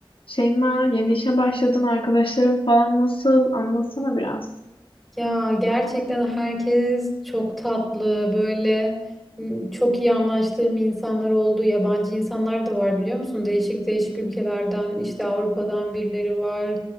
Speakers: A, on the left; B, in the centre.
A: Şeyma, yeni işe başladın arkadaşların falan nasıl? Anlatsana biraz.
B: Ya gerçekten herkes çok tatlı böyle m, çok iyi anlaştığım insanlar oldu. Yabancı insanlar da var biliyor musun? Değişik değişik ülkelerden işte Avrupa'dan birileri var.